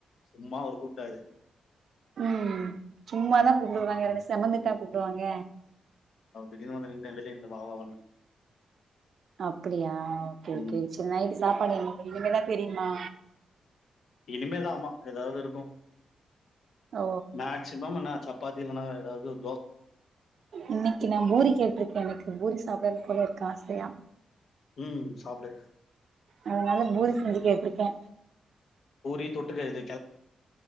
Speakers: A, on the left (about 65°); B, on the right (about 60°).
A: சும்மா ஒரு கூப்பிட்டாரு
B: உம் சும்மாதா கூப்பிடுவாங்க இல்லனா செமந்துட்டா கூப்பிடுவாங்க
A: அவர் திடிர்னு வந்து நின்னு வெளிய நின்னு வா வா
B: அப்டியா ஓகே ஓகே
A: ம்
B: செரி நைட் சாப்பாடு எண்ண இனிமேதான் தெரியுமா
A: இனிமேதா அம்மா ஏதாவது இருக்கோ
B: ஓ
A: மேக்சிமம் நா சப்பாத்தி இதுவனா வேற ஏதாது
B: இன்னிக்கு நா பூரி கேட்டிருக்கே எனக்கு பூரி சாப்பிடன்னு போல இருக்கு ஆசையா
A: உம் சாப்டு
B: அதனால பூரி செஞ்சு கேட்டுருக்கே
A: பூரி தொட்டுக்க எது